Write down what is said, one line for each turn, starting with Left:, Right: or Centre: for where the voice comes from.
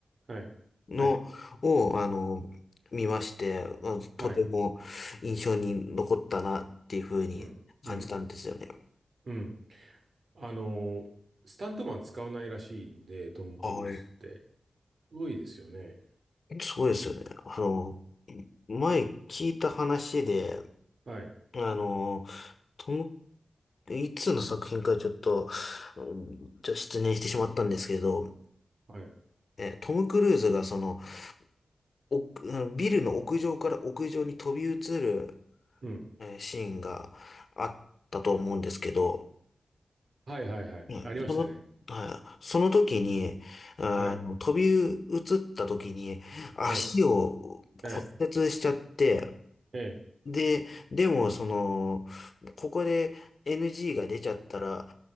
Right: はい。
Left: の、
Right: はい。
Left: を、あの、見まして、まあのとても印象に残ったなっていうふうに感じたんですよね。
Right: はい。うん。うん。うん。あの、スタントマン使わないらしいんで、トム・
Left: はい。
Right: クルーズって。すごいですよね。
Left: そうですよね。あの、前聞いた話で、
Right: はい、
Left: あの、トム、いつの作品かちょっと、うんちょっと失念してしまったんですけど、
Right: はい、
Left: え、トム・クルーズがその、お、うんビルの屋上から屋上に飛び移る、
Right: うん。
Left: えーシーンがあったと思うんですけど、
Right: はい、はい、はい。
Left: うんその、
Right: ありましたね。
Left: はい、その時に、あの、
Right: はい、
Left: 飛び移った時に足を骨折しちゃって、
Right: ええ、はい、ええ、
Left: で、でも、その、ここで NG が出ちゃったら、